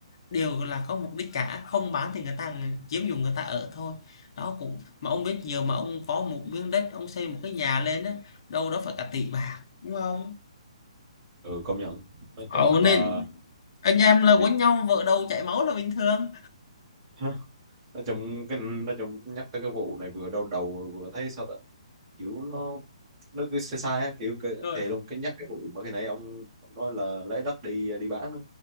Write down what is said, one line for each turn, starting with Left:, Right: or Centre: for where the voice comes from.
Left: đều là có mục đích cả không bán thì người ta chiếm dùng người ta ở thôi đó cũng mà ông biết nhiều mà ông có một miếng đất ông xây một cái nhà lên á đâu đó phải cả tỷ bạc đúng không
Right: ừ công nhận nói
Left: Ồ,
Right: chung là
Left: nên anh em là quấn
Right: vì
Left: nhau vợ đầu chảy máu là bình thường
Right: hả? nói chung cái nói chung nhắc tới cái vụ này vừa đau đầu vừa thấy sao ta kiểu nó nó cứ sai sai á, kiểu cái,
Left: rồi
Right: thề luôn cái nhắc cái vụ mà khi nãy ông, ông nói là lấy đất đi đi bán á. Cái